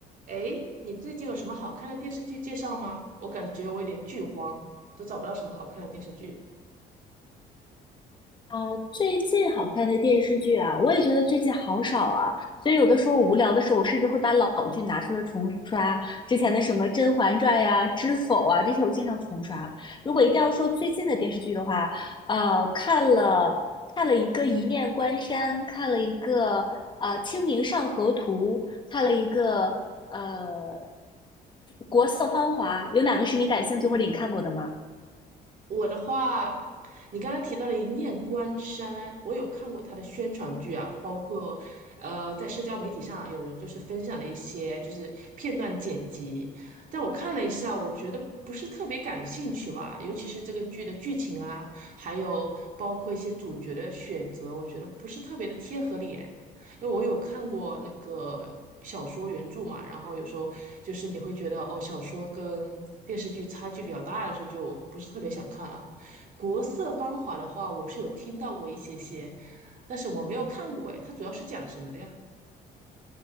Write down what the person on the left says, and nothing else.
啊，最近好看的电视剧啊，我也觉得最近好少啊，所以有的时候无聊的时候，我甚至会把老剧拿出来重刷，之前的什么《甄嬛传》呀、《知否》啊，这些我经常重刷。如果一定要说最近的电视剧的话，呃，看了看了一个《一念关山》，看了一个呃《清明上河图》，看了一个呃《国色芳华》，有哪个是你感兴趣或者你看过的吗？